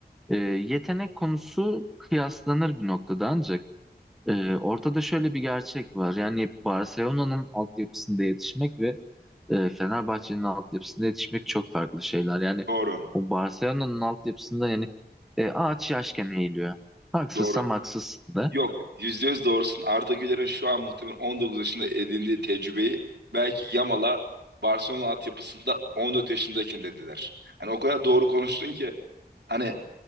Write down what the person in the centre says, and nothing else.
e, yetenek konusu kıyaslanır bir noktada ancak. Ee, ortada şöyle bir gerçek var. Yani Barcelona'nın altyapısında yetişmek ve e, Fenerbahçe'nin altyapısında yetişmek çok farklı şeyler. Yani
o Barcelona'nın altyapısında yani e, ağaç yaşken eğiliyor. Haksızsam
haksızsın da.